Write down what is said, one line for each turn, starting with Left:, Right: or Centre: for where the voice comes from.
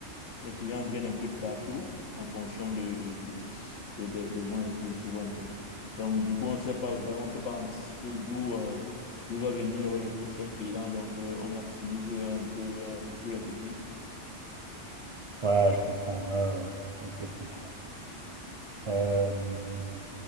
Left: les clients viennent un peu de partout en fonction de, de- de- des besoins et tout, tu vois un peu. Donc, du coup, on ne sait pas vraiment, on ne peut pas anticiper d'où euh, d'où va venir euh, le prochain client. Donc, euh, on maximise un peu euh, de tous les côtés.
Right: Ouais, je comprends. Ouais, ouais. ouais. Ok, je comprends. Euh,